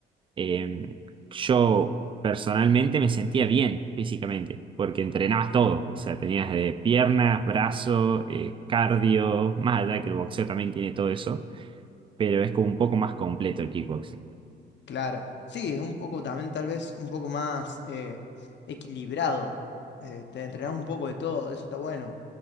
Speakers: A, on the right; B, on the left.
A: eh, yo personalmente me sentía bien físicamente, porque entrenabas todo. O sea, tenías de piernas, brazos, cardio, más allá de que el boxeo también tiene todo eso pero es como un poco más completo el kickboxing.
B: Claro. Sí, es un poco también tal vez un poco más eh, equilibrado. eh, te entrenás un poco de todo, eso está bueno.